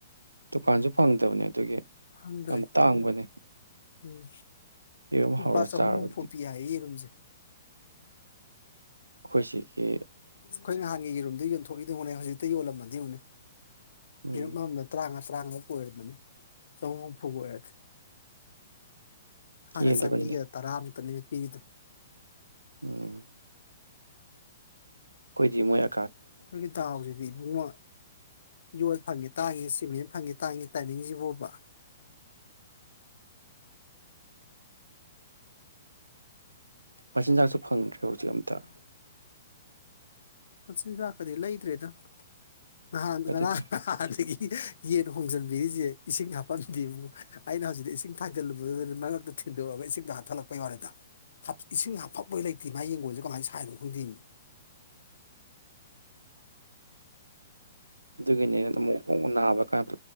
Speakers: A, on the right; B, on the left.
A: ꯗꯨꯀꯥꯟꯁꯨ ꯐꯪꯗꯕꯅꯦ ꯑꯗꯨꯒꯤ
B: ꯐꯪꯗ꯭ꯔꯦ
A: ꯌꯥꯝ ꯇꯥꯡꯕꯅꯦ
B: ꯎꯝ
A: ꯌꯦꯔꯨꯝ
B: ꯂꯨꯄꯥ
A: ꯍꯧꯔ
B: ꯆꯍꯨꯝ
A: ꯆꯥꯔꯕꯗꯤ
B: ꯍꯨꯝꯐꯨ ꯄꯤ ꯍꯥꯏꯌꯦ ꯌꯦꯔꯨꯝꯖꯦ
A: ꯑꯈꯣꯏꯁꯤꯒꯤ
B: ꯑꯩꯈꯣꯏ ꯅꯍꯥꯟꯒꯤ ꯌꯦꯔꯨꯝꯗ ꯌꯣꯟꯊꯣꯛꯏꯗꯨꯕꯨꯅꯦ ꯍꯧꯖꯤꯛꯇ ꯌꯣꯜꯂꯝꯃꯗꯤ ꯌꯦꯡꯉꯨꯅꯦ
A: ꯎꯝ
B: ꯌꯦꯔꯨꯝ ꯑꯃꯃꯝꯗ ꯇꯔꯥꯉꯥ -ꯇꯔꯥꯃꯉꯥ ꯑꯣꯏꯔꯕꯅꯦ ꯆꯍꯨꯝ ꯍꯨꯝꯐꯨ ꯑꯣꯏꯔꯗꯤ ꯍꯅ
A: ꯀꯦꯜꯂꯤꯕꯅꯤꯅꯦ
B: ꯆꯅꯤꯒꯤ ꯇꯔꯥꯃꯨꯛ ꯑꯗꯨꯅꯤ ꯄꯤꯗꯨ
A: ꯎꯝ ꯑꯈꯣꯏꯗꯤ ꯃꯣꯏ ꯑ
B: ꯑꯩꯈꯣꯏꯒꯤ ꯗꯥꯎꯖꯤꯗꯤ ꯏꯕꯨꯉꯣ ꯌꯣꯜ ꯐꯪꯉꯤ ꯇꯥꯡꯉꯤ ꯁꯤꯃꯦꯟ ꯐꯪꯉꯤ ꯇꯥꯡꯉꯤ ꯇꯥꯏꯃꯤꯡꯁꯤꯕꯣꯕꯥ
A: ꯃꯆꯤꯟꯖꯥꯛꯁꯨ ꯐꯪꯗ꯭ꯔꯦ ꯍꯧꯖꯤꯛ ꯑꯝꯇ
B: ꯃꯆꯤꯟꯖꯥꯀꯗꯤ ꯂꯩꯗꯔ꯭ꯦꯗ ꯅꯍꯥꯟ
A: ꯑꯗꯨꯗꯤ
B: ꯉꯔꯥꯡ ꯅꯥꯍꯟꯗꯒꯤ ꯌꯦꯟ ꯍꯣꯡꯖꯤꯟꯕꯤꯔꯤꯁꯦ ꯏꯁꯤꯡ ꯍꯥꯞꯐꯝꯗꯦ ꯑꯩꯅ ꯍꯧꯖꯤꯛꯇ ꯏꯁꯤꯡ ꯊꯥꯏꯖꯤꯜꯂꯨꯕꯅꯦ ꯃꯔꯛꯇ ꯊꯤꯟꯗꯣꯔꯛꯑꯒ ꯏꯁꯤꯡꯗ ꯍꯥꯟꯊꯠꯂꯛꯄ ꯌꯥꯎꯔꯦꯗ ꯏꯁꯤꯡ ꯍꯥꯞꯄꯝꯕꯩ ꯂꯩꯇꯦ ꯃꯥ ꯌꯦꯡꯒꯣꯟꯁꯦ ꯀꯃꯥꯏꯅ ꯁꯥꯏꯅꯣ ꯈꯪꯗꯦꯃꯤ
A: ꯑꯗꯨꯒꯤꯅꯦ ꯑꯃꯨꯛ ꯅꯥꯕ ꯀꯥꯅ